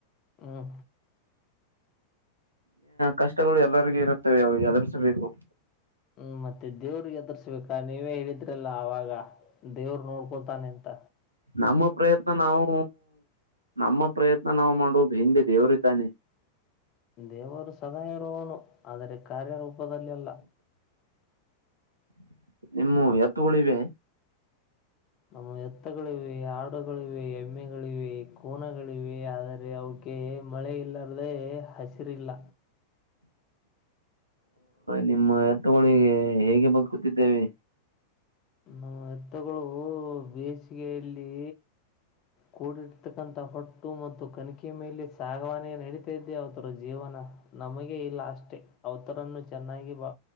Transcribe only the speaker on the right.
ಕಷ್ಟಗಳು ಎಲ್ಲರಿಗೂ ಇರುತ್ತವೆ ಅವವು ಎದುರ್ರಿಸಬೇಕು
ನಮ್ಮ ಪ್ರಯತ್ನ ನಾವು ನಮ್ಮ ಪ್ರಯತ್ನ ನಾವು ಮಾಡೋದು ಹಿಂದೆ ದೇವರು ಇದ್ದಾನೆ
<inaudible> ಹ ಎತ್ತುಗಳ ಇಿವೆ
<inaudible> ನಿಮ್ಮ ಎತ್ತ ಹಳಿಗೆ ಹೇಗೆ ಬದುಕೂತಿದ್ದೇವೆ